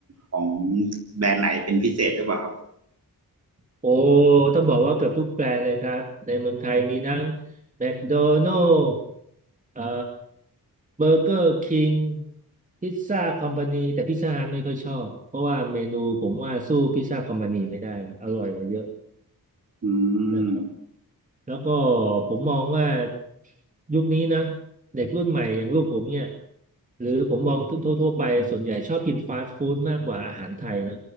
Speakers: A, on the right; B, on the right.
A: ของแบรนด์ไหนเป็นพิเศษหรือเปล่าครับ
B: โอ้ต้องบอกว่าเกือบทุกแบรนด์เลยครับในเมืองไทยมีทั้งแมคโดนัลด์เอ่อเบอร์เกอร์คิงพิซซ่าคอมพานีแต่พิซซ่าฮัทไม่ค่อยชอบเพราะว่าเมนูผมว่าสู้พิซซ่าคอมพานีไม่ได้อร่อยกว่าเยอะ
A: อื
B: นะครับ
A: ม
B: แล้วก็ผมมองว่ายุคนี้นะเด็กรุ่นใหม่อย่างลูกผมเนี่ยหรือผมมองทั่วๆไปส่วนใหญ่ชอบกินฟาสต์ฟู้ดมากกว่าอาหารไทยนะ